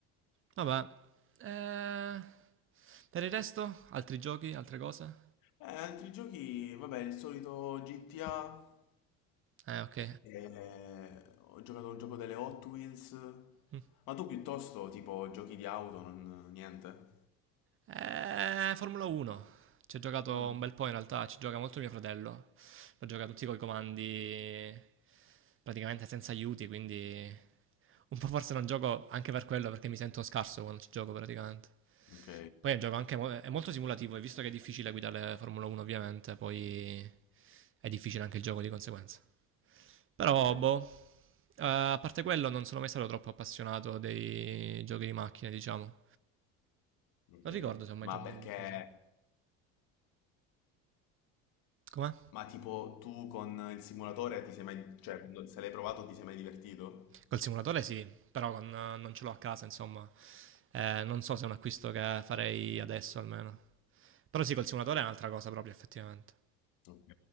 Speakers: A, on the right; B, on the left.
A: Vabbè. eh, per il resto, altri giochi, altre cose?
B: Eh, altri giochi, vabbè, il solito GTA.
A: Eh, ok.
B: eh, ho giocato a un gioco delle Hot Wheels.
A: Mm.
B: Ma tu piuttosto, tipo, giochi di auto, non- niente?
A: Eh, Formula 1. Ci ho giocato
B: Mm.
A: un bel po' in realtà, ci gioca molto mio fratello. L'ho giocato tutti coi comandi praticamente senza aiuti, quindi un po' forse non gioco anche per quello perché mi sento scarso quando ci gioco praticamente.
B: Ok,
A: Poi è un gioco anche mo- è molto simulativo e visto che è difficile guidare Formula 1 ovviamente, poi è difficile anche il gioco di conseguenza. Però,
B: ok,
A: boh, eh, a parte quello non sono mai stato troppo appassionato dei giochi di macchine, diciamo.
B: ok.
A: Non ricordo se ho mai
B: Ma
A: giocato
B: perché...
A: a qualcosa. Com'è?
B: Ma tipo, tu con il simulatore ti sei mai... Cioè, quando- se l'hai provato ti sei mai divertito?
A: Col simulatore sì, però con- eh, non ce l'ho a casa, insomma. Eh, non so se è un acquisto che farei
B: Mm.
A: adesso almeno. Però sì, col simulatore è un'altra cosa proprio, effettivamente.
B: Ok,